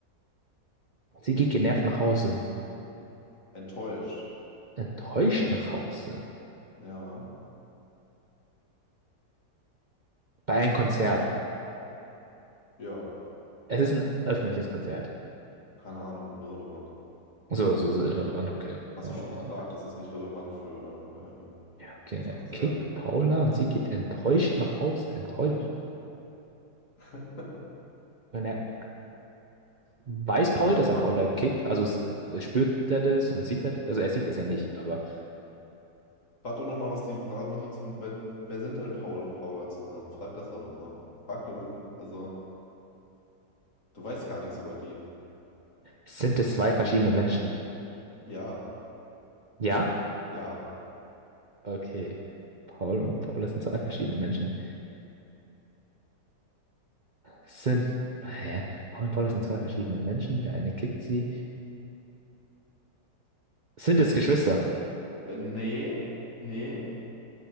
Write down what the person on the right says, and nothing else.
Sie geht genervt nach Hause.
Enttäuscht nach Hause.
Bei einem Konzert.
Es ist ein öffentliches Konzert.
So, so ist irrelevant, okay.
Oh,
okay,
er
kickt Paula und sie geht enttäuscht nach Hause. Enttäuscht.
Und er weiß
Paul,
dass er Paula kickt, also spürt er das und sieht er das, also er sieht es ja nicht, aber
sind es zwei verschiedene Menschen?
Ja?
Okay. Paul und Paula sind zwei verschiedene Menschen. Sind. Hä? Paul und Paula sind zwei verschiedene Menschen. Der eine kickt sie. Sind es Geschwister?